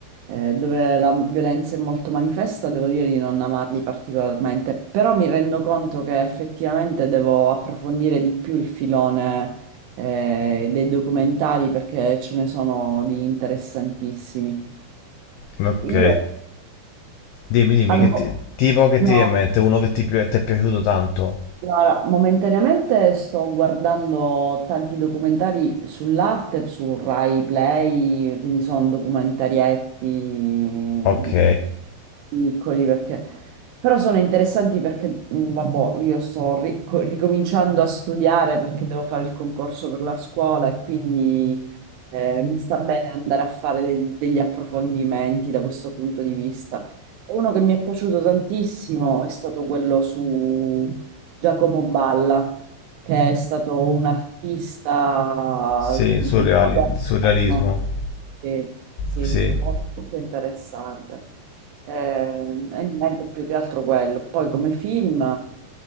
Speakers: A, on the right; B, on the left.
A: eh, dove la violenza è molto manifesta, devo dire di non amarli particolarmente, però mi rendo conto che effettivamente devo approfondire di più il filone eh, dei documentari perché ce ne sono di interessantissimi.
B: Ok.
A: Io
B: Dimmi, dimmi,
A: al...
B: che ti- tipo che
A: no.
B: ti viene in mente? Uno che ti, pi- ti è piaciuto tanto?
A: Guarda, momentaneamente sto guardando tanti documentari sull'arte su Rai Play, quindi sono documentarietti mm,
B: Ok.
A: piccoli perché... però sono interessanti perché, mm, vabbò, io sto ri- co- ricominciando a studiare perché devo fare il concorso per la scuola e quindi eh, mi sta bene andare a fare dei- degli approfondimenti da questo punto di vista. E uno che mi è piaciuto tantissimo è stato quello su Giacomo Balla, che è stato un artista
B: Sì,
A: mm,
B: surreali-
A: moderno.
B: surrealismo.
A: Sì, sì,
B: Sì.
A: sì, molto interessante. Eh, e niente più che altro quello. Poi come film